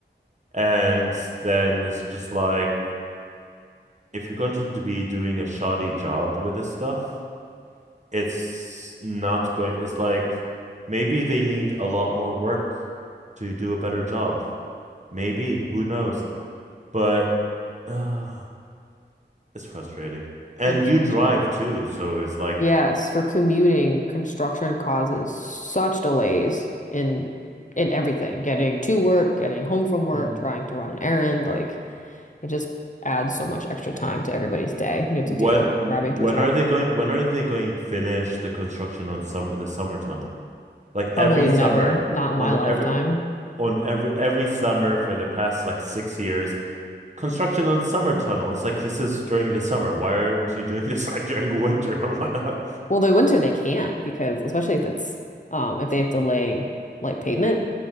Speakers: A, on the right; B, on the left.
A: And then it's just like, if you're going to be doing a shoddy job with this stuff, it's not going, it's like maybe they need a lot more work to do a better job. Maybe, who knows? But <sighs> uh, it's frustrating. And
B: It is
A: you
B: frustrating.
A: drive too, so it's like,
B: Yes, for commuting, construction causes such delays in in everything, getting to work, getting home from work,
A: hmm,
B: trying to run an errand, like It just adds so much extra time to everybody's day when you
A: What
B: have to deal with
A: when
B: driving through traffic.
A: are they going when are they going finish the construction on summer the summer tunnel? Like
B: Probably
A: every summer
B: never, not in
A: on
B: my
A: the
B: lifetime.
A: every on every every summer for the past like six years, construction on the summer tunnel. It's like this is during the summer. Why aren't you doing <laughs> this like during winter or whatnot?
B: Well, the winter they can't because especially if it's um if they have to lay like pavement